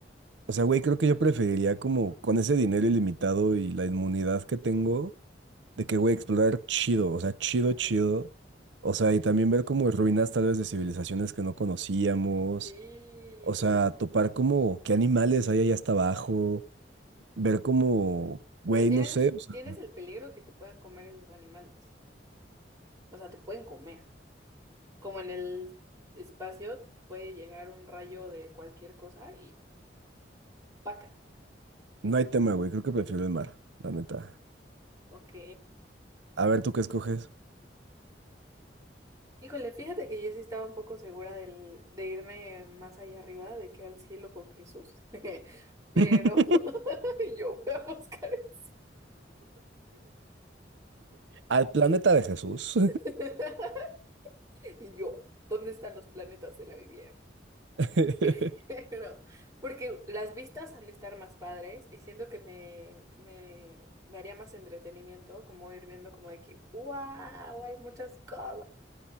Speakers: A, on the right; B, on the right.
A: O sea, güey, creo que yo preferiría como con ese dinero ilimitado y la inmunidad que tengo, de que, güey, explorar chido, o sea, chido, chido. O sea, y también ver como ruinas tal vez de civilizaciones que no conocíamos.
B: Sí.
A: O sea, topar como qué animales hay allá hasta abajo. Ver como, güey,
B: Pero tienes,
A: no sé, o sea,
B: tienes el peligro que te puedan comer esos animales. O sea, te pueden comer. Como en el espacio puede llegar un rayo de cualquier cosa y ¡paca!
A: no hay tema, güey, creo que prefiero el mar, la neta.
B: Ok.
A: A ver, ¿tú qué escoges?
B: Híjole, fíjate que yo sí estaba un poco segura del, de irme más allá arriba, de que al cielo con Jesús. <laughs> Pero
A: <laughs>
B: <laughs> yo voy a buscar el
A: Al planeta de Jesús.
B: cielo. <laughs> Y yo, ¿dónde están los planetas de la Biblia?
A: <laughs>
B: <laughs> Pero, porque las vistas han de estar más padres y siento que me, me daría más entretenimiento, como ir viendo como de que, wow, hay muchas cosas.